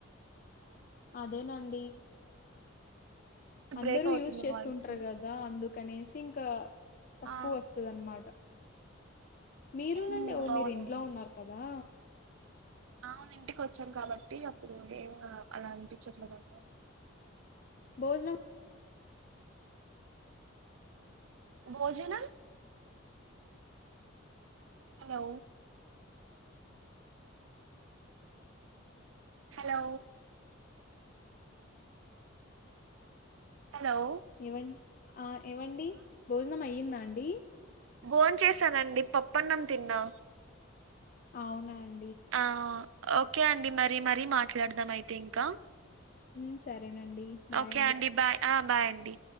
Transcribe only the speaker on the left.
అదేనండి అందరూ
యూజ్ చేస్తుంటారు
గదా అందుకు కనేసి ఇంకా తక్కువ
వస్తదనమాట మీరునండి
ఓ
మీరు ఇంట్లో ఉన్నారు కదా
భోజనం
ఏవం ఆ ఏవండి భోజనం అయ్యిందా అండి
అవునా అం
ఉమ్ సరేనండి బాయ్